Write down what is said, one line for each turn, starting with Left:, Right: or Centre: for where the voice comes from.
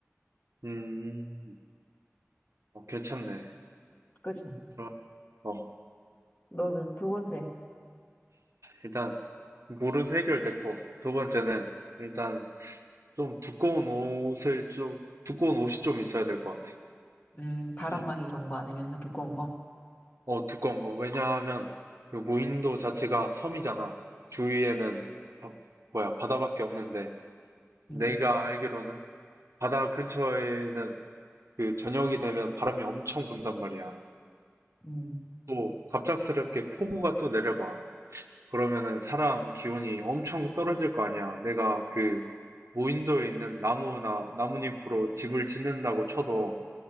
Right: 음. 어, 괜찮네.
Left: 그치?
Right: 그럼, 어,
Left: 너는 두 번째,
Right: 일단, 물은 해결됐고, 두 번째는, 일단, 좀 두꺼운 옷을 좀, 두꺼운 옷이 좀 있어야 될 것 같아.
Left: 음, 바람막이
Right: 음.
Left: 이런 거 아니면 그냥 두꺼운 거?
Right: 어, 두꺼운 거. 왜냐하면, 그 무인도 자체가 섬이잖아. 주위에는, 바- 뭐야, 바다밖에 없는데,
Left: 음,
Right: 내가 알기로는, 바다 근처에는, 그, 저녁이 되면 바람이 엄청 분단 말이야.
Left: 음,
Right: 또, 갑작스럽게 폭우가 또 내려봐. 그러면은 사람 기온이 엄청 떨어질 거 아니야. 내가 그 무인도에 있는 나무나 나뭇잎으로 집을 짓는다고 쳐도